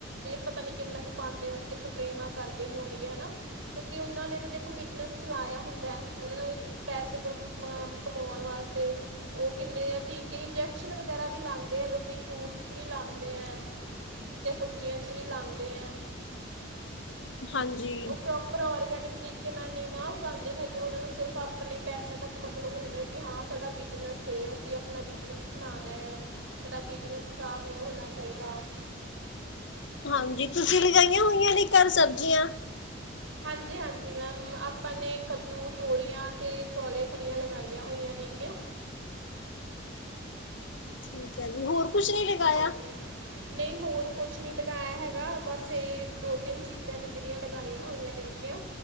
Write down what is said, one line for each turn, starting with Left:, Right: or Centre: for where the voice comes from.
Right: ਪਤਾ ਨੀ ਕਿੰਨਾ ਕੁ ਪਾਉਂਦੇ ਹੋਣਗੇ ਸਪਰੇਹਾਂ ਕਰਦੇ ਹੋਣਗੇ ਹਨਾ ਕਿਉਂਕਿ ਉਹਨਾਂ ਨੇ ਤਾਂ ਦੇਖੋ ਬਿਜਨਸ ਚਲਾਇਆ ਹੁੰਦਾ ਉਹਨਾਂ ਨੂੰ ਪੈਸੇ ਕਮਾਉਣ ਵਾਸਤੇ ਉਹ ਕਿੰਨੇ ਆ ਟੀਕੇ ਇੰਜੈਕਸ਼ਨ ਵਗੈਰਾ ਵੀ ਲਾਉਂਦੇ ਆ ਲੋਕੀ ਫਰੂਟਸ ਚ ਵੀ ਲਾਉਂਦੇ ਹੈ ਤੇ ਸਬਜ਼ੀਆਂ ਚ ਵੀ ਲਾਉਂਦੇ ਹੈ
Left: ਹਾਂਜੀ
Right: ਉਹ ਪ੍ਰੋਪਰ ਔਰਗੈਨਿਕ ਤਰੀਕੇ ਨਾਲ ਨਹੀਂ ਨਾ ਉਗਾਉਂਦੇ ਹੈਗੇ ਉਹਨਾਂ ਨੂੰ ਸਿਰਫ਼ ਆਪਣੇ ਪੈਸਿਆਂ ਤੱਕ ਮਤਲਬ ਹੁੰਦਾ ਕਿ ਹਾਂ ਸਾਡਾ ਬਿਜ਼ਨਸ ਅਸੀਂ ਆਪਣਾ ਬਿਜਨਸ ਬਣਾਣਾ ਹੈ ਸਾਡਾ ਬਿਜਨਸ ਖ਼ਰਾਬ ਨਹੀਂ ਹੋਣਾ ਚਾਹੀਦਾ
Left: ਹਾਂਜੀ ਤੁਸੀਂ ਲਗਾਈਆਂ ਹੋਈਆਂ ਨੇ ਘਰ ਸਬਜ਼ੀਆਂ
Right: ਹਾਂਜੀ-ਹਾਂਜੀ ਮੈਮ ਆਪਾਂ ਨੇ ਕੱਦੂ ਤੋਰੀਆਂ ਅਤੇ ਚੌਲੇ ਫਲੀਆਂ ਲਗਾਈਆਂ ਹੋਈਆਂ ਨੇਗੀਆਂ
Left: ਠੀਕ ਹੈ ਜੀ ਹੋਰ ਕੁਛ ਨੀ ਲਗਾਇਆ
Right: ਹਾਂਜੀ ਨਹੀਂ ਹੋਰ ਕੁਛ ਕੁਛ ਨਹੀਂੀ ਲਗਾਇਆ ਹੈਗਾ ਬਸ ਇਹ ਦੋ ਤਿੰਨ ਚੀਜ਼ਾਂ ਨੇ ਜਿਹੜੀਆਂ ਲਗਾਈਆਂ ਹੋਈਆਂ ਨੇਲੀਆਂ